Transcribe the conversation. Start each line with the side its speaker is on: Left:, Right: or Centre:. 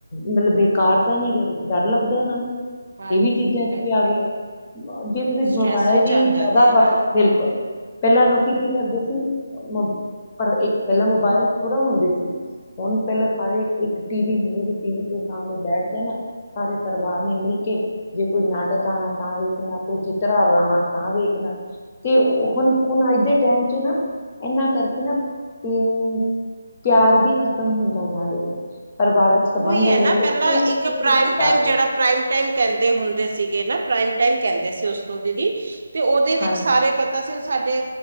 Left: ਮਤਲਬ ਬੇਕਾਰ ਤਾ ਨਹੀਂ ਗਏ, ਡਰ ਲੱਗਦਾ ਉਹਨਾਂ ਨੂੰ।
Right: ਹਾਂਜੀ,
Left: ਇਹ ਵੀ ਚੀਜ਼ਾਂ ਚ
Right: ਬਿਲਕੁਲ
Left: ਵੀ ਆ ਗਏ
Right: ਜੀ।
Left: ਜੇ ਤੁਸੀਂ
Right: ਸਟਰ੍ਰੈਸ
Left: ਮੋਬਾਇਲ
Right: ਵਿੱਚ
Left: ਦੀ,
Right: ਚੱਲ
Left: ਜ਼ਿਆਦਾ
Right: ਜਾਂਦੇ ਆ
Left: ਵਰਤ
Right: ਨਾ ਉਹ
Left: ਬਿਲਕੁਲ, ਪਹਿਲਾਂ ਲੋਕੀ ਕੀ ਕਰਦੇ ਸੀ, ਮ ਪਰ, ਇੱਕ ਪਹਿਲਾਂ ਮੋਬਾਇਲ ਥੋੜ੍ਹਾ ਹੁੰਦੇ ਸੀ। ਹੁਣ, ਪਹਿਲਾਂ ਸਾਰੇ ਇੱਕ ਟੀਵੀ ਹੁੰਦੇ, ਜ ਟੀਵੀ ਤੇ ਸਾਹਮਣੇ ਬੈਠ ਜਾਨਾ ਸਾਰੇ ਪਰਿਵਾਰ ਨੇ ਮਿਲਕੇ, ਜੇ ਕੋਈ ਨਾਟਕ ਆਣਾ ਤਾਂ ਵੇਖਣਾ, ਕੋਈ ਚਿੱਤਹਾਰ ਆਣਾ, ਤਾਂ ਵੇਖਣਾ। ਤੇ
Right: ਹੂੰ
Left: ਹੁਣ, ਹੁਣ ਅੱਜ ਦੇ ਟਾਈਮ'ਚ ਨਾ, ਇਹਨਾਂ ਕਰਕੇ ਨਾ, ਤੇ ਪਿਆਰ ਵੀ ਖ਼ਤਮ ਹੁੰਦਾ ਜਾ ਰਿਹਾ, ਪਰਿਵਾਰਕ ਸੰਬੰਧ
Right: ਉਈ
Left: ਆ
Right: ਐ
Left: ਜਿਹੜੇ
Right: ਨਾ, ਪਹਿਲਾਂ
Left: ਉਹ ਵੀ ਦੂਰ
Right: ਇੱਕ ਪ੍ਰਾਈਮ
Left: ਹੁੰਦੇ ਜਾ
Right: ਟਾਈਮ
Left: ਰਹੇ
Right: ਜਿਹੜਾ
Left: ਆ
Right: ਪ੍ਰਾਈਮ ਮ ਕਹਿੰਦੇ ਹੁੰਦੇ ਸੀਗੇ ਨਾ, ਪ੍ਰਾਈਮ ਟੈਮ ਕਹਿੰਦੇ ਸੀ ਉਸਨੂੰ ਦੀਦੀ, ਤੇ ਉਹਦੇ ਵਿੱਚ
Left: ਹਾਂਜੀ
Right: ਸਾਰੇ ਪ ਤਾਂ ਅਸੀਂ ਸਾਡੇ